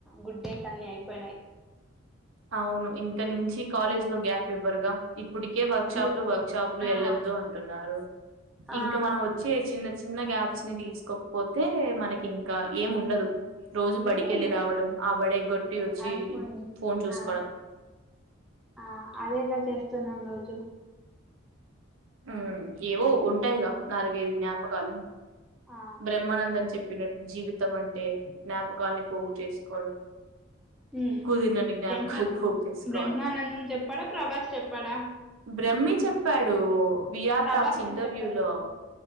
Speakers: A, in the centre; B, on the right (about 75°).
A: గుడ్ డేస్ అన్ని అయిపోయినాయి
B: అవును ఇంకా నుంచి కాలేజ్ లో గ్యాప్ ఇవ్వరుగా. ఇప్పుటికే వర్ షాప్లు
A: ఎక్
B: వర్ షాప్లు
A: ఆ
B: వెళ్ళొదు అంటున్నారు
A: ఆ
B: ఇంకా మనం వచ్చే చిన్న. చిన్న గ్యాప్స్ ని తీసుకోకపోతే మనకి ఇంకా ఏం ఉండదు. రోజు బడికి
A: ఏం
B: వెళ్ళి
A: ఉండదు
B: రావడం
A: అసలు
B: ఆ బడి ఎగ్గొట్టి
A: అంతే
B: వచ్చి
A: అయిపోయింది
B: ఫోన్ చూసు.
A: ఆ ఆ అదేగా చేస్తున్నాం రోజు.
B: ఉ ఏవో ఉంటాయిగా నాలుగైదు జ్ఞాపకాలు.
A: ఆ
B: బ్రహ్మానందని చెప్పినట్టు జీవితం అంటే జ్ఞాపకల్ని పోగు చేసుకోవడం.
A: ఉమ్
B: కుదిరినన్న జ్ఞాపకాలు
A: బ్రహ్మ
B: పోగేసుకోవాలి.
A: బ్రహ్మానందం చెప్పాడా ప్రభాస్ చెప్పాడా
B: బ్రహ్మి చెప్పాడు విఆర్
A: ప్రభాస్
B: టాక్స్ ఇంటర్వ్యూ
A: ఏం చెప్పాడు
B: లో.